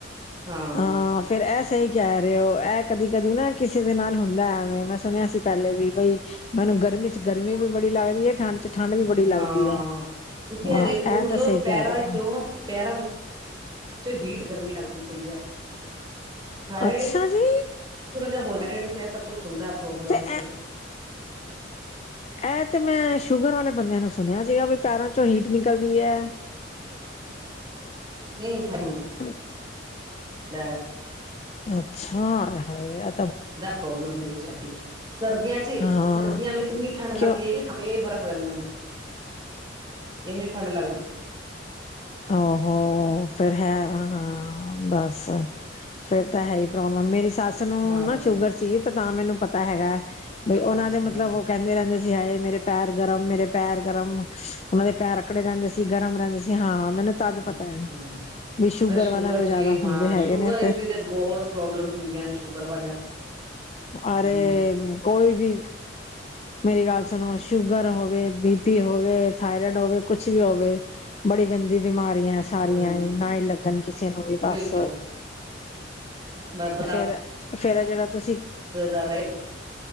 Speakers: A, on the right (about 20°); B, on the left (about 35°).
A: ਹਾਂ। ਹੂੰ।
B: ਹਾਂ ਫੇਰ ਐ ਸਹੀ ਕਹਿ ਰਹੇ ਹੋ ਐ ਕਦੀ ਕਦੀ ਨਾ ਕਿਸੇ ਦੇ ਨਾਲ ਹੁੰਦਾ ਐਵੇਂ ਮੈਂ ਸੁਣਿਆ ਸੀ। ਪਹਿਲੇ ਵੀ ਬਈ ਮੈਨੂੰ ਗਰਮੀ ਚ ਗਰਮੀ ਵੀ ਬੜੀ ਲੱਗਦੀ ਏ ਠੰਡ ਚ ਠੰਡ ਵੀ ਬੜੀ
A: ਹਾਂ,
B: ਲੱਗਦੀ ਹੈ
A: ਤੁਸੀ
B: ਹਾਂ
A: ਐ ਦੇਖੋ
B: ਇਹ
A: ਮਤਲਬ
B: ਤਾਂ ਸਹੀ
A: ਪੈਰਾਂ
B: ਕਹਿ ਰਹੇ ਹੋ
A: ਚੋਂ ਪੈਰਾਂ ਵਿੱਚ ਚੋ ਹੀਟ ਗਰਮੀ ਲੱਗਦੀ ਪਈ ਐ। ਥਾਇਰੈਡ
B: ਅੱਛਾ
A: ਚ
B: ਜੀ
A: ਥੋੜਾ ਜੇਹਾ ਹੋ ਜਾ ਰੇਰਾ ਚ ਇਹ ਸਭ ਕੁਛ ਹੁੰਦਾ ਐ ਪ੍ਰੋਬਲਮਸ।
B: ਤੇ ਐ ਤੇ ਮੈਂ ਸ਼ੂਗਰ ਵਾਲੇ ਬੰਦਿਆਂ ਨੂੰ ਸੁਣਿਆ ਸੀਗਾ ਵੀ ਪੈਰਾਂ ਚੋਂ ਹੀਟ ਨਿਕਲਦੀ ਐ।
A: ਨਈ ਥਾ ਹੁਣ
B: <unintelligible>
A: ਦਾ
B: ਅੱਛਾ ਆਏ ਹਾਏ ਐ
A: ਦਾ ਪ੍ਰੋਬਲਮ ਮੇਰੇ ਚ ਹੈਗੀ। ਸਰਦੀਆਂ ਚ,
B: ਹਾਂ
A: ਸਰਦੀਆਂ ਵਿੱਚ ਇੰਨੀ ਠੰਡ ਲੱਗਦੀ
B: ਕਿਉਂ
A: ਹੈਗੀ ਹ ਤੇ ਬਰਫ਼ ਰਹਿੰਦੇ ਨੇ। ਏਨੀ ਠੰਢ ਲੱਗ
B: ਆ ਹੋ ਫੇਰ ਹੈ ਹਾਂ ਬੱਸ। ਫੇਰ ਤਾਂ ਹੈ ਹੀ ਪ੍ਰੋਬਲਮ ਮੇਰੀ ਸੱਸ ਨੂੰ
A: ਹਾਂ
B: ਨਾ ਸ਼ੂਗਰ ਸੀ। ਤੇ ਤਾਂ ਮੈਨੂੰ ਪਤਾ ਹੈਗਾ, ਬਈ ਓਹਨਾਂ
A: ਅੱਛਾ
B: ਦੇ ਮਤਲਬ ਓਹ ਕਹਿੰਦੇ ਰਹਿੰਦੇ ਸੀ ਹਾਏ ਮੇਰੇ ਪੈਰ ਗਰਮ ਮੇਰੇ ਪੈਰ ਗਰਮ, ਉਹਨਾਂ ਦੇ ਪੈਰ ਆਕੜੇ ਰਹਿੰਦੇ ਸੀ ਗਰਮ ਰਹਿੰਦੇ ਸੀ ਹਾਂ। ਮੈਨੂੰ ਤਦ ਪਤਾ
A: ਅੱਛਾ,
B: ਹੈ। ਵੀ
A: ਸ਼ੂਗਰ
B: ਵਾਲਿਆਂ ਦੇ
A: ਚ
B: ਜ਼ਿਆਦਾ
A: ਵੀ ਹਾਂ
B: ਹੁੰਦੇ ਹੈਗੇ
A: ਸ਼ੂਗਰ
B: ਨੇ
A: ਚ ਵੀ ਤੇ ਬਹੁਤ ਪ੍ਰੋਬਲਮਸ ਹੁੰਦੀਆਂ ਨੇ ਸ਼ੂਗਰ ਵਾਲਿਆਂ
B: ਅਰੇ
A: ਨੂੰ ਵੀ
B: ਕੋਈ ਵੀ, ਮੇਰੀ ਗੱਲ ਸੁਣੋ ਸ਼ੂਗਰ ਹੋਵੇ, ਬੀ ਪੀ ਹੋਵੇ, ਥਾਇਰਇਡ ਹੋਵੇ ਕੁਛ ਵੀ ਹੋਵੇ ਬੜੀ ਗੰਦੀ ਬਿਮਾਰੀਆਂ ਐਂ। ਸਾਰੀਆਂ
A: ਹਾਂਜੀ
B: ਈ ਨਾ ਈ ਲੱਗਣ ਕਿਸੇ ਨੂੰ ਵੀ ਬਸ।
A: ਬਿਲਕੁਲ ਬੰਦਾ
B: ਫੇਰ ਫੇਰ ਐ ਜਿਹੜਾ ਤੁਸੀ
A: <unintelligible>